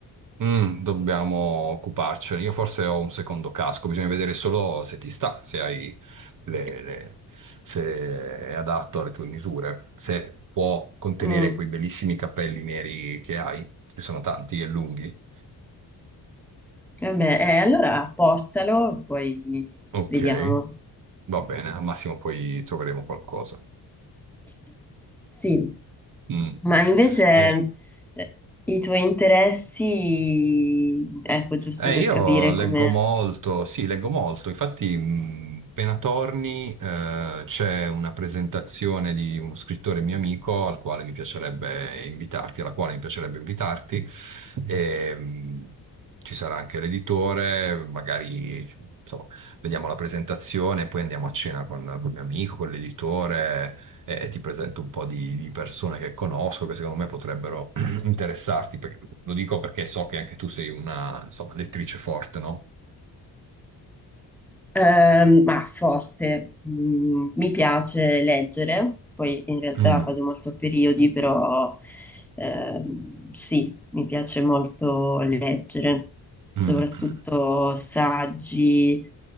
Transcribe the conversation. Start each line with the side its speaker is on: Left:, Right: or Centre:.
Right: Mm, dobbiamo occuparcene. Io forse ho un secondo casco, bisogna vedere solo se ti sta, se hai le, le- se è adatto alle tue misure, se può contenere
Centre: Mm,
Right: quei bellissimi capelli neri che hai, che sono tanti e lunghi.
Centre: Vabbè, eh, allora portalo, poi
Right: Ok,
Centre: vediamo.
Right: va bene, al massimo poi troveremo qualcosa.
Centre: Sì,
Right: Mm.
Centre: ma invece
Right: E
Centre: eh, i tuoi interessi, ecco, giusto
Right: Eh,
Centre: per
Right: io
Centre: capire
Right: leggo
Centre: come,
Right: molto, sì, leggo molto. Infatti, mh, appena torni, eh, c'è una presentazione di uno scrittore mio amico al quale mi piacerebbe invitarti, alla quale mi piacerebbe invitarti. E, mh, ci sarà anche l'editore, magari, insomma, vediamo la presentazione, poi andiamo a cena con, con mio amico, con l'editore, e ti presento un po' di, di persone che conosco, che secondo me potrebbero interessarti, perché- lo dico perché so che anche tu sei una, insomma, lettrice forte, no?
Centre: ehm, ma forte, mm, mi piace leggere, poi in realtà
Right: Mm,
Centre: vado molto a periodi, però ehm, sì, mi piace molto leggere,
Right: mm,
Centre: soprattutto
Right: mm,
Centre: saggi,